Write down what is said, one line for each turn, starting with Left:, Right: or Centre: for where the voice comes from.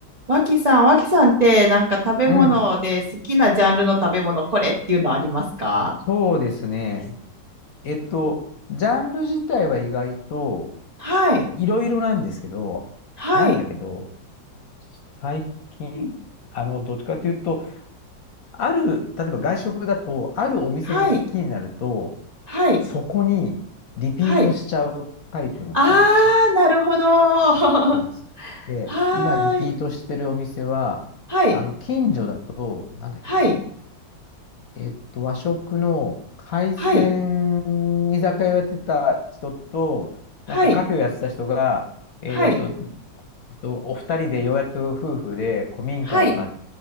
Right: 脇さん、脇さんってなんか食べ物で好きなジャンルの食べ物これっていうのありますか
Left: うん、そうですね。えっと、ジャンル自体は意外と
Right: はい、
Left: いろいろなんですけど、
Right: はい、
Left: なんだけど、最近、
Right: うん
Left: あの、どっちかというと、ある、例えば外食だと、あるお店が好きになると、
Right: はい、はい、
Left: そこにリピートしちゃうタイプの人なんですよ。
Right: はい。あー、なるほど。<laughs> は
Left: そうです。で、
Right: ーい、
Left: 今リピートしてるお店は、
Right: はい、
Left: あの、近所だと、なんだっけな、
Right: はい、
Left: えっと、和食の海鮮
Right: はい、
Left: 居酒屋をやってた人と、
Right: はい、
Left: なんかカフェをやってた人が、えっと、
Right: はい、
Left: えっと、お二人でようやっと夫婦で古民家を買っ
Right: はい。